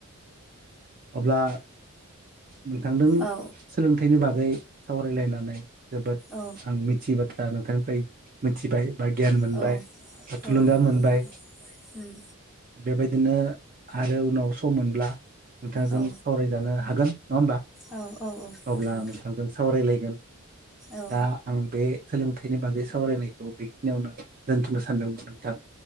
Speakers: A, on the right; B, in the centre.
A: अब्ला नोंथांदों
B: औ
A: सोलोंथाइनि बागै सावरायलायनानै जोबोद
B: औ
A: आं मिथियि बाथ दा नोंथांनिफ्राय मिथिबाय बा गियान मोनबाय
B: औ
A: बा
B: औ
A: थुलुंगा
B: नंगौ
A: मोनबाय
B: नोंथां उम
A: बेबाय बिदिनो आरो उनाव सम मोनब्ला नोंथांजों
B: औ
A: सावरायजानो हागोन नङा होमबा
B: औ औ औ
A: अब्ला
B: नोंथां
A: नोंथांजों सावरायलायगोन
B: औ
A: दा आं बे सोलोंथा नि बागै सावरायनायखौ बेखिनियावनो दोनथ'नो सानदोंमोन नोंथां